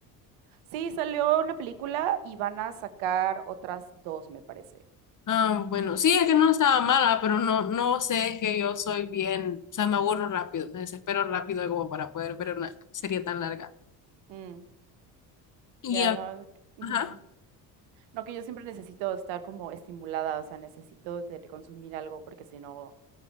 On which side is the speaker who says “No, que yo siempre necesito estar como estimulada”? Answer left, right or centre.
Right